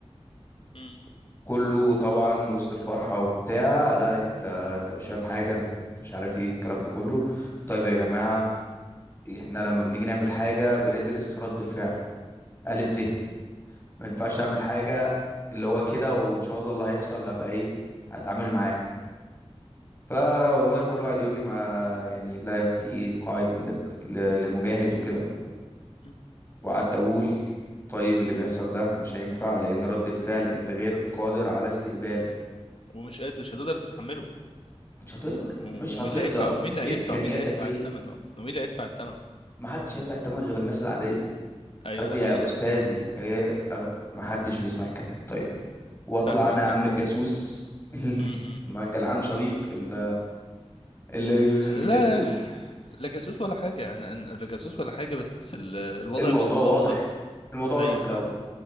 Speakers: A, on the left; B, on the left.
A: م-
B: كله طبعا وسط الفرحة وبتاع لا انت انت مش فاهم حاجة انت مش عارف ايه الكلام ده كله طيب يا جماعة احنا لما بنيجي نعمل حاجة بندرس رد الفعل ألف ف ما ينفعش اعمل حاجة اللي هو كده وان شاء الله اللي هيحصل هبقى ايه هتعامل معاه فوالله كل واحد يقول لي ما يعني لا يفتي ايه قاعد ل- ل- لمجاهد وكده
A: م.
B: وقعدت اقول طيب اللي بيحصل ده مش هينفع لان رد الفعل انت غير قادر على استقباله
A: ومش قادر مش هتقدر تتحمله
B: مش هتقدر
A: و-
B: مش هتقدر
A: ومين اللي هيدفع ومين اللي
B: امكانياتك
A: هيدفع ومين اللي هيدفع
B: ايه
A: الثمن ومين اللي هيدفع الثمن
B: محدش هيدفع الثمن غير الناس العاديه
A: ايوه
B: طيب
A: ده
B: يا
A: حقيقي
B: استاذي إيه؟ أغ- محدش بيسمع الكلام طيب واطلع
A: فاهمك
B: انا يا عم
A: فاهمك
B: الجاسوس <laughs>
A: م- م.
B: ما جلعان شليط ال- ال- الجاسوس
A: لا لا جاسوس ولا حاجة أنا أنا- لا جاسوس ولا حاجة بس ال- الوضع
B: والموضوع
A: بقى صعب
B: واضح الموضوع واضح
A: أيوه
B: من
A: فاهم
B: الاول